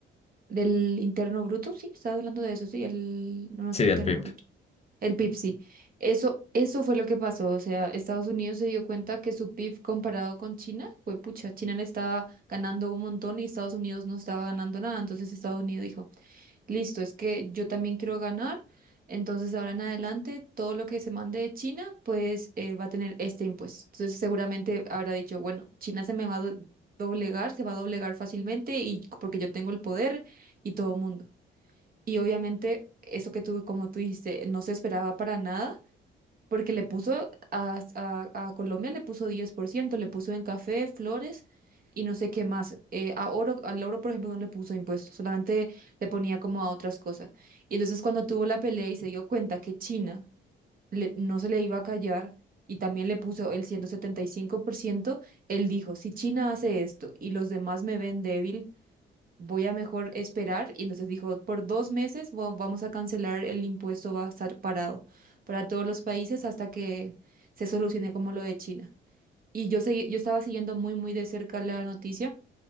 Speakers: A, on the right; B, on the left.
A: del interno bruto, sí, estabas hablando de eso, sí, el, no no
B: Sí,
A: es interno
B: el PIB.
A: bruto, el PIB, sí. Eso, eso fue lo que pasó, o sea, Estados Unidos se dio cuenta que su PIB comparado con China fue pucha, China le estaba ganando un montón y Estados Unidos no estaba ganando nada, entonces Estados Unidos dijo, listo, es que yo también quiero ganar, entonces de ahora en adelante todo lo que se mande de China, pues eh, va a tener este impuesto. Entonces seguramente habrá dicho, bueno, China se me va a do- doblegar, se va a doblegar fácilmente y porque yo tengo el poder y todo el mundo. Y obviamente eso que tú, como tú dijiste, no se esperaba para nada porque le puso a, a- a Colombia le puso diez por ciento le puso en café, flores y no sé qué más. Eh, a oro, al oro, por ejemplo, no le puso impuestos, solamente le ponía como a otras cosas. Y entonces cuando tuvo la pelea y se dio cuenta que China le- no se le iba a callar y también le puso el ciento setenta y cinco por ciento él dijo, si China hace esto y los demás me ven débil, voy a mejor esperar. Y entonces dijo, por dos meses va- vamos a cancelar el impuesto, va a estar parado para todos los países hasta que se solucione como lo de China. Y yo segui- yo estaba siguiendo muy, muy de cerca la noticia